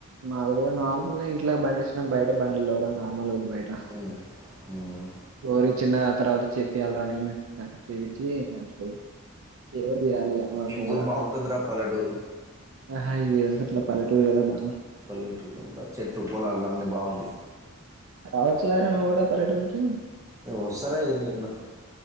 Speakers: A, on the right; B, on the right.
A: మాది కూడా నార్మల్ ఇంట్ల బండలు ఏసి, బయట బండలు లేవు రా నార్మల్ ఉంది రా బయట,
B: ఉమ్, ఉమ్.
A: ఫ్లోరింగ్ చిన్నగ తర్వాత చేపియ్యాలిరా నేను చేపించి, ఏదో ఒకటి చేయాలి వాటిని
B: మీ ఊరు
A: కూడా
B: బాగుంటుందిరా పల్లెటూరు
A: హయ్యో అట్లా, పలెటూరు గదా బా,
B: పల్లెటూరు అంతా చెట్లు పొలాలు అన్ని బాగుంటాయి,
A: రావచ్చు కదా రా నువు కూడా పల్లెటూరుకు,
B: ఇగ వస్తా రా నేను గూడ